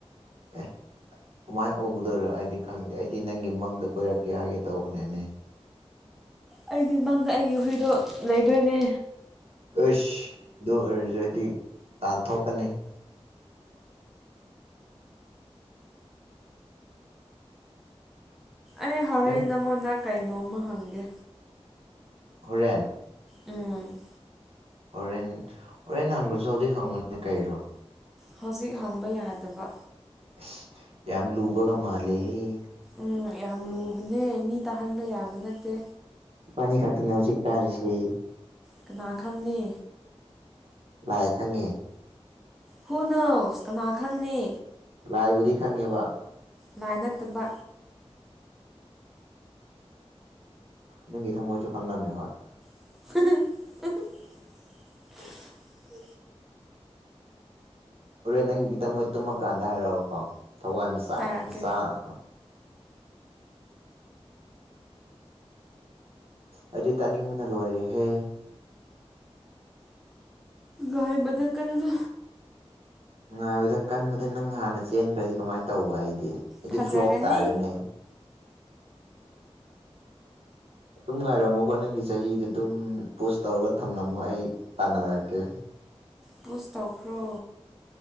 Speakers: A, on the right; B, in the centre.
A: ꯑꯦ ꯀꯃꯥꯏ ꯎ ꯎꯗꯔ ꯑꯩꯗꯤ ꯈꯪꯒ ꯗꯤ ꯅꯪꯒꯤ ꯃꯪꯗ ꯀꯣꯏꯔꯛꯀꯦ ꯍꯥꯏꯒꯦ ꯇꯧꯕꯅꯦꯅꯦ
B: ꯑꯩꯗꯤ ꯃꯪꯗ ꯑꯩꯒꯤ ꯍꯨꯏꯗꯣ ꯂꯩꯗꯣꯏꯅꯦ
A: ꯑꯁ ꯑꯗꯨ ꯑꯣꯏꯔꯁꯨ ꯑꯩꯗꯤ ꯇꯥꯟꯊꯣꯛꯀꯅꯤ
B: ꯑꯩ ꯍꯣꯔꯦꯟ
A: ꯅꯪ
B: ꯅꯪꯉꯣꯟꯗ ꯀꯩꯅꯣꯝꯃ ꯍꯪꯒꯦ
A: ꯍꯣꯔꯦꯟ
B: ꯎꯝ
A: ꯍꯣꯔꯦꯟ ꯍꯣꯔꯦꯟ ꯍꯪꯕꯁꯨ ꯍꯧꯖꯤꯛ ꯍꯪꯉꯨꯅꯦ ꯀꯩꯔꯣ
B: ꯍꯧꯖꯤꯛ ꯍꯪꯕ ꯌꯥꯗꯕ
A: ꯑꯁ ꯌꯥꯝ ꯂꯨꯕꯒ ꯃꯥꯜꯂꯦꯍꯦ
B: ꯎꯝ ꯌꯥꯝ ꯂꯨꯕꯅꯦ ꯃꯤ ꯇꯥꯍꯟꯕ ꯌꯥꯕ ꯅꯠꯇꯦ
A: ꯄꯅꯤ ꯈꯇꯅ ꯍꯧ ꯎꯆꯖꯤꯛ ꯇꯥꯔꯁ
B: ꯀꯅꯥ ꯈꯪꯅꯤ
A: ꯂꯥꯏ ꯁꯪꯉꯤ
B: ꯍꯨ ꯅꯧꯁ ꯀꯅꯥ ꯈꯪꯅꯤ
A: ꯂꯥꯏꯕꯨꯗꯤ ꯈꯪꯉꯦꯕ
B: ꯂꯥꯏ ꯅꯠꯇꯕ
A: ꯅꯪꯒꯤ ꯊ ꯃꯑꯣꯁꯨꯨ ꯀꯪꯅꯥꯥ ꯅ ꯍꯥꯏ
B: <inaudible>
A: ꯍꯣꯔꯦꯟ ꯅꯪꯒꯤꯗ ꯃꯣꯏ ꯇꯨꯝꯃꯀꯥꯟꯗ ꯍꯥꯏꯔꯛꯑꯣꯀꯣ ꯊꯋꯥꯏ ꯃꯆꯥ
B: ꯍꯥꯏꯔꯛꯀꯦ
A: ꯃꯆꯥ <inaudible> ꯑꯩꯗꯤ ꯇꯥꯅꯤꯡꯕꯅ ꯂꯣꯏꯔꯦꯍꯦ
B: ꯔꯦ ꯗꯜꯀꯅ
A: ꯉꯥꯏꯕꯗ ꯀꯟꯕꯗ ꯅꯪ ꯍꯥꯟꯅ ꯆꯦꯟꯈ꯭ꯔꯗꯤ ꯀꯃꯥꯏꯅ ꯇꯧꯕ ꯑꯩꯗꯤ ꯑꯩꯗꯤ
B: ꯐꯖꯔꯅꯤ
A: ꯐ꯭ꯂꯣꯞ ꯇꯥꯔꯦꯅꯦ ꯑꯗꯨꯝ ꯉꯥꯏꯔꯝꯃꯣꯀꯣ ꯅꯪꯒꯤ ꯆꯍꯤꯗ ꯑꯗꯨꯝ ꯄꯣꯁ ꯇꯧꯔꯒ ꯊꯝꯂꯝꯃꯣ ꯑꯩ ꯇꯥꯟꯅꯔꯛꯀꯦ
B: ꯄꯨꯁ ꯇꯧꯈ꯭ꯔꯣ